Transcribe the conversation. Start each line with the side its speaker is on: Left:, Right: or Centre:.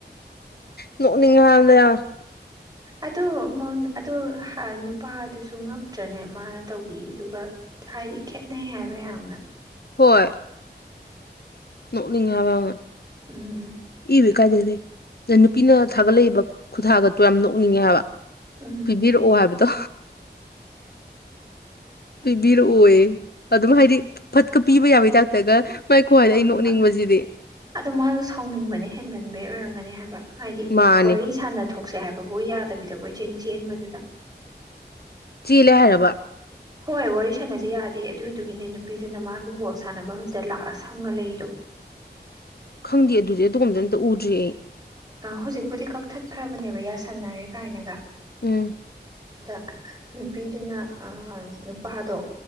Left: ꯅꯣꯛꯅꯤꯡꯉꯦ ꯍꯥꯕꯅꯤꯗ ꯌꯥꯝꯅ
Right: ꯑꯗꯨ ꯑꯗꯨ ꯅꯨꯄꯥꯗꯨꯁꯨ ꯉꯛꯇ꯭ꯔꯅꯦ ꯃꯥꯅ ꯇꯧꯕꯤꯔꯤꯗꯨꯒ ꯍꯥꯏꯗꯤ ꯈꯦꯠꯅꯩ ꯍꯥꯏꯕ ꯌꯥꯝꯅ
Left: ꯍꯣꯏ ꯅꯣꯛꯅꯤꯡꯉꯦ ꯍꯥꯏꯕ ꯌꯥꯝꯅ
Right: ꯎꯝ
Left: ꯄꯤꯗ꯭ꯔ ꯀꯥꯏꯗꯗꯦ ꯅꯨꯄꯤꯅ ꯊꯥꯒꯠꯂꯛꯏꯕ ꯈꯨꯊꯥꯒꯠꯇꯣ ꯌꯥꯝ ꯅꯣꯛꯅꯤꯡꯉꯦ ꯍꯥꯏꯕ
Right: ꯎꯝ
Left: ꯄꯤꯕꯤꯔꯛꯑꯣ ꯍꯥꯏꯕꯗꯣ ꯄꯤꯕꯤꯔꯛꯑꯣꯌꯦ ꯑꯗꯨꯝ ꯍꯥꯏꯗꯤ ꯐꯠꯀ ꯄꯤꯕ ꯌꯥꯕꯩ ꯇꯥꯏꯞꯇꯒ ꯃꯥꯏ ꯈꯨꯍꯥꯏꯗꯣ
Right: ꯍꯣꯏ
Left: ꯑꯩ
Right: ꯍꯣꯏ
Left: ꯅꯣꯛꯅꯤꯡꯕꯁꯤꯗꯤ
Right: ꯍꯣꯏ ꯑꯗꯣ ꯃꯥꯗꯣ ꯁꯥꯎꯅꯤꯡꯕꯅ ꯍꯦꯟꯃꯟꯕꯅ ꯑꯣꯏꯔꯝꯒꯅꯧ ꯍꯥꯏꯕ ꯍꯥꯏꯗꯤ
Left: ꯃꯥꯅꯦ
Right: ꯋꯥꯔꯤ ꯁꯥꯟꯅ ꯊꯣꯛꯁꯦ ꯍꯥꯏꯕ ꯑꯕꯕꯨ ꯌꯥꯗꯕꯤꯗꯣ ꯀꯣꯏꯆꯦꯟ ꯆꯦꯟꯕꯗꯨꯗ
Left: ꯆꯦꯜꯂꯦ ꯍꯥꯏꯔꯕ
Right: ꯍꯣꯏ ꯋꯥꯔꯤ ꯁꯥꯟꯅꯖꯩ ꯌꯥꯗꯦ ꯑꯗꯨꯗꯨꯒꯤꯅꯦ ꯅꯨꯄꯤꯗꯨꯅ ꯃꯥ ꯑꯗꯨ ꯕꯣꯜ ꯁꯥꯟꯅꯕ ꯑꯗꯨꯗ ꯂꯥꯛꯑ ꯁꯪꯉ ꯂꯩꯗꯣ
Left: ꯈꯪꯗꯦ ꯑꯗꯨꯗꯤ ꯑꯗꯣꯝꯗꯅꯝꯇ ꯎꯗ꯭ꯔꯤ ꯑꯩ
Right: ꯍꯧꯖꯤꯛꯄꯨꯗꯤ ꯀꯛꯊꯠꯈ꯭ꯔꯕꯅꯦꯕ ꯌꯥꯁꯟꯅꯔꯦ ꯀꯥꯏꯅꯒ
Left: ꯎꯝ
Right: ꯑꯗ ꯅꯨꯄꯤꯗꯨꯅ ꯅꯨꯄꯥꯗꯣ